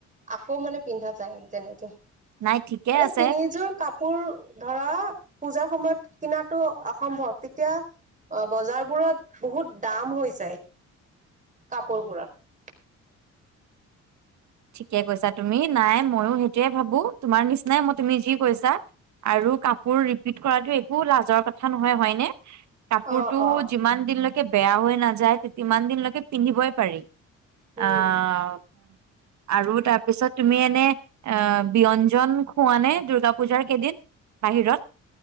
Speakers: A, on the right; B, on the right.
A: আকৌ মানে পিন্ধা যায় আৰু তেনেকে ৷
B: নাই ঠিকে
A: মানে
B: আছে
A: তিনিযোৰ কাপোৰ ধৰা পূজাৰ সময়ত কিনাটো অসম্ভৱ তেতিয়া অ বজাৰবোৰত বহুত দাম হৈ যায় ৷ কাপোৰ বোৰৰ ৷
B: ঠিকে কৈছা তুমি নাই ময়ো সেইটোয়ে ভাবো তোমাৰ নিচিনাই মই তুমি যি কৈছা আৰু কাপোৰ ৰিপিট কৰাটো একো লাজৰ কথা নহয় হয়নে? কাপোৰটো
A: অ অ
B: যিমান দিনলৈকে বেয়া হৈ নাযায় ইমান দিনলৈকে পিন্ধিবই পাৰি ৷
A: উম
B: আহ! আৰু তাৰ পিছত? তুমি এনে অ ব্যঞ্জন খোৱা নে দূৰ্গা পূজাৰ কেইদিন বাহিৰত?